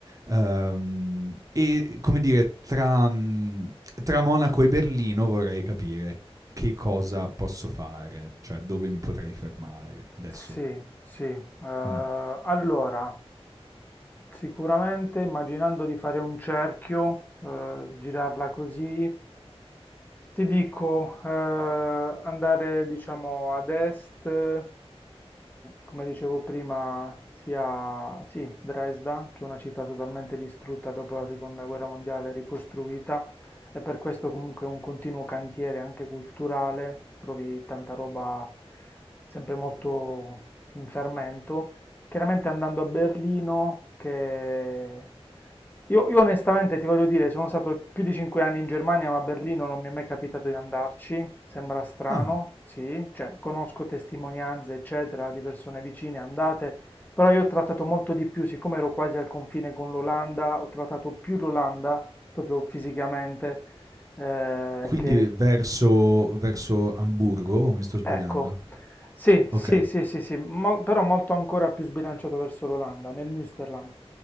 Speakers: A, on the right; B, on the left.
A: Ehm, e come dire, tra, mh, tra Monaco e Berlino vorrei capire che cosa posso fare, cioè dove mi potrei fermare. Adesso
B: sì, sì. Eh, allora,
A: Mh.
B: Sicuramente immaginando di fare un cerchio, eh, girarla così, ti dico eh, andare diciamo ad est, eh, come dicevo prima, sia sì, Dresda, che è una città totalmente distrutta dopo la seconda guerra mondiale, ricostruita, e per questo comunque è un continuo cantiere anche culturale, trovi tanta roba sempre molto in fermento. Chiaramente andando a Berlino, che... Io, io onestamente ti voglio dire, sono stato più di cinque anni in Germania, ma a Berlino non mi è mai capitato di andarci, sembra strano,
A: Ah,
B: sì, cioè conosco testimonianze, eccetera, di persone vicine andate, però io ho trattato molto di più, siccome ero quasi al confine con l'Olanda, ho trattato più l'Olanda, proprio fisicamente, eh,
A: quindi
B: che
A: verso verso Amburgo o mi sto sbagliando?
B: Ecco, sì,
A: Okay.
B: sì, sì, sì, sì, mol- però molto ancora più sbilanciato verso l'Olanda, nel Münsterland.